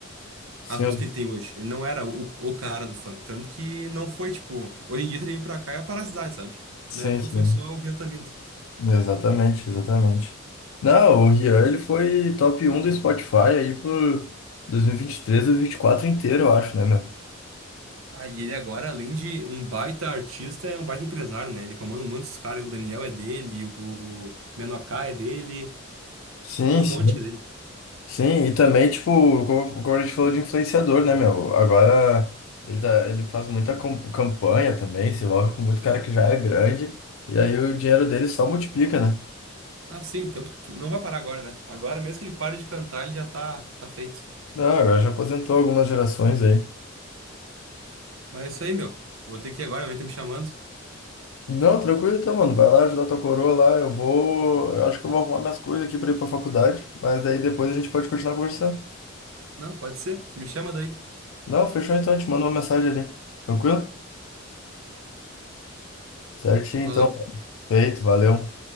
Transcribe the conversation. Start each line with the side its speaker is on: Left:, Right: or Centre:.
Left: Sim,
Right: as músicas que ele tem hoje. Ele não era o, o cara do funk, tanto que não foi, tipo, hoje em dia se ele vem pra cá é a parasitade, sabe?
Left: Sim,
Right: Na época
Left: sim.
Right: foi só o que já tá vindo.
Left: Exatamente, exatamente. Não, o Rian, ele foi top um do Spotify aí por 2023 ou 2024 inteiro, eu acho, né, meu?
Right: Ah, e ele agora, além de um baita artista, é um baita empresário, né? Ele comanda um monte desses caras, o Daniel é dele, o Menoká é dele,
Left: Sim,
Right: tem
Left: sim.
Right: um monte que é dele.
Left: Sim, e também, tipo, como, como a gente falou de influenciador, né, meu? Agora ele, tá, ele faz muita cam- campanha também, se envolve com muito cara que já é grande, e aí o dinheiro dele só multiplica, né?
Right: Ah, sim, o tempo não vai parar agora, né? Agora mesmo que ele pare de cantar, ele já tá, tá feito.
Left: Não, agora já aposentou algumas gerações aí.
Right: Mas é isso aí, meu. Eu vou ter que ir agora, a mãe tá me chamando.
Left: Não, tranquilo então, mano. Vai lá ajudar tua coroa lá. Eu vou. Eu acho que eu vou arrumar minhas coisas aqui pra ir pra faculdade. Mas daí depois a gente pode continuar conversando.
Right: Não, pode ser. Me chama daí.
Left: Não, fechou então. Eu te mando uma mensagem ali. Tranquilo? Certinho
Right: Valeu.
Left: então. Feito, valeu.